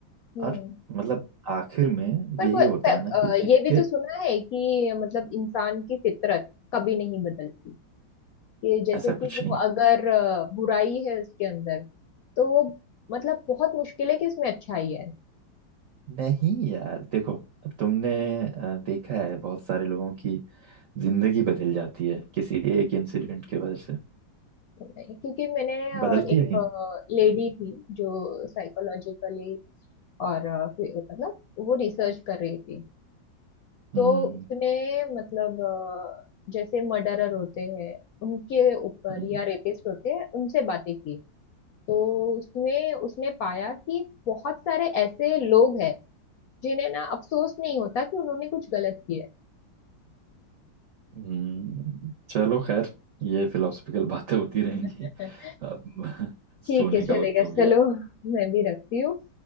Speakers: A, on the left; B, on the right.
A: हम्म
B: और मतलब आखिर में
A: पर
B: यही
A: वो-
B: होता
A: प-
B: है ना कि
A: अ,
B: जिसके
A: ये भी तो सुना है कि मतलब इंसान की फितरत कभी नहीं बदलती ये जैसे
B: ऐसा
A: कि
B: कुछ
A: वो
B: नहीं है।
A: अगर अ, बुराई है उसके अंदर तो वो मतलब बहुत मुश्किल है कि उसमें अच्छाई है
B: नहीं यार देखो अब तुमने अ, देखा है बहुत सारे लोगों की जिंदगी बदल जाती है किसी एक इंसिडेंट के वजह से
A: नहीं, क्योंकि मैंने अ,
B: बदलती
A: एक
B: है कि नहीं?
A: लेडी थी जो साइकोलॉजिकली और अ, फिर मतलब वो रिसर्च कर रही थी तो
B: हम्म
A: उसने मतलब अ, जैसे मर्डरर होते हैं उनके ऊपर
B: हम्म
A: या रेपिस्ट होते हैं उनसे बातें की तो उसमें उसने पाया कि बहुत सारे ऐसे लोग हैं जिन्हें ना अफसोस नहीं होता कि उन्होंने कुछ गलत किया
B: हम्म। चलो खैर ये फिलोसफिकल <laughs> बातें होती रहेंगी
A: है <laughs>
B: अब <laughs>
A: ठीक
B: सोने
A: है चलेगा
B: का वक्त हो गया
A: चलो
B: है।
A: मैं भी रखती हूँ